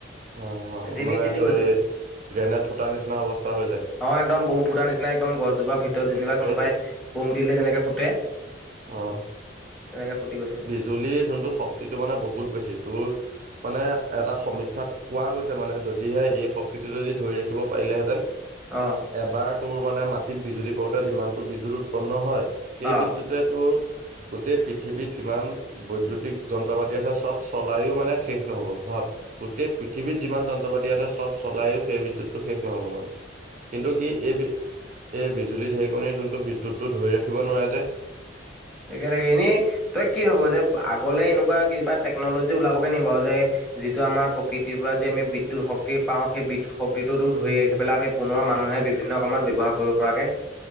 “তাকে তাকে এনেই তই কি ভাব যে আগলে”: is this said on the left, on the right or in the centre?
Centre